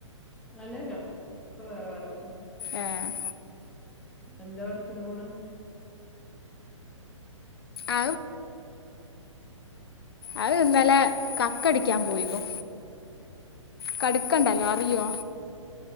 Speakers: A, in the centre; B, on the left.
A: അല്ലല്ലഇപ്പൊ വേറെ-വേറെ
B: ഏഹ്
A: എന്താ വർക്കിന് പോണ്
B: ആ അഹ് ഇന്നലെ കക്കടിക്കാൻ പോയിരുന്നു കടുക്കണ്ടല്ലോ അറിയോ